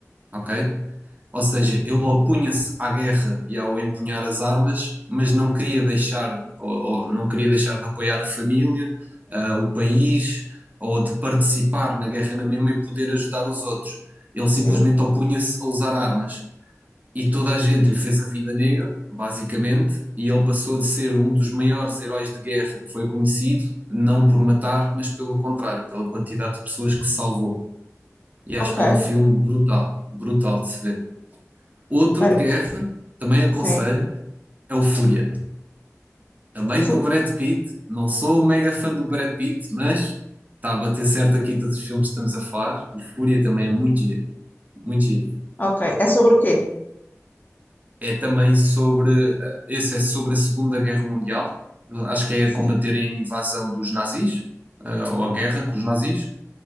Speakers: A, on the right (about 30°); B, on the left (about 35°).
A: ok? Ou seja, ele opunha-se à guerra e ao empunhar as armas, mas não queria deixar, ou, ou não queria deixar de apoiar a família, ah, o país, ou de participar na guerra na mesma e poder ajudar os outros. Ele simplesmente
B: Sim,
A: opunha-se a usar armas. E toda a gente lhe fez a vida negra, basicamente, e ele passou de ser um dos maiores heróis de guerra que foi conhecido, não por matar, mas pelo contrário, pela quantidade de pessoas que salvou. E
B: ok.
A: acho que é um filme brutal, brutal de se ver. Outro
B: Para...
A: de guerra, também aconselho,
B: Sim.
A: é o Fúria. Também
B: Fu...
A: com o Brad Pitt, não sou um mega fã do Brad Pitt, mas está a bater certo aqui todos os filmes que estamos a falar. O Fúria também é muito giro, muito giro.
B: Ok. É sobre o quê?
A: é também sobre, eh, esse é sobre a Segunda Guerra Mundial, acho que é
B: Sim.
A: a combater a invasão dos nazis, eh, ou a guerra com os nazis,